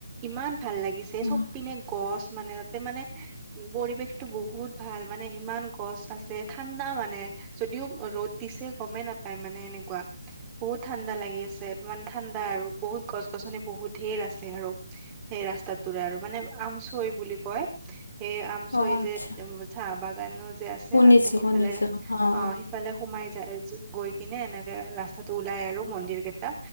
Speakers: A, on the right (about 20°); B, on the left (about 85°).
A: ইমান ভাল লাগিছে
B: উম,
A: চব পিনে গছ মানে তাতে মানে পৰিৱেশটো বহুত ভাল মানে ইমান গছ আছে ঠাণ্ডা মানে। যদিও ৰ'দ দিছে গমেই নাপায় মানে এনেকুৱা বহুত ঠাণ্ডা লাগি আছে। মানে ঠাণ্ডা আৰু বহুত গছ - গছনি বহুত ধেৰ আছে আৰু। সেই ৰাস্তাটোৰে আৰু মানে আমচৈ বুলি কয়। এই আমচৈৰি
B: অ আচ্ছা
A: যে চাহ বাগানো যে আছে
B: শুনিছো
A: তাতে সেইফালে
B: শুনিছো অ
A: আহ সে সিফালে সোমাই যায় যি গৈ কিনে এনেকে ৰাস্তাত টো ওলাই আৰু মন্দিৰ কেইটা